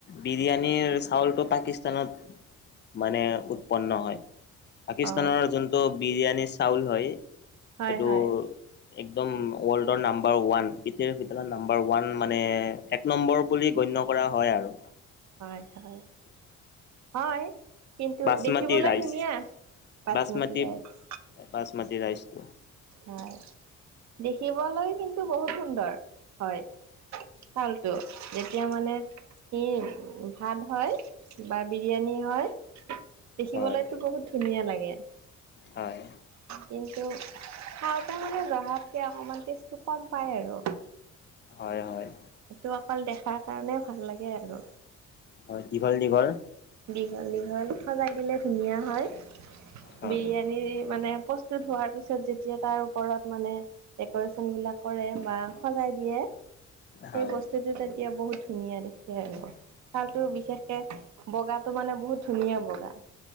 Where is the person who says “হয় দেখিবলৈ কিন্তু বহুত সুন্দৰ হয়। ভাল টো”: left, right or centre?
Right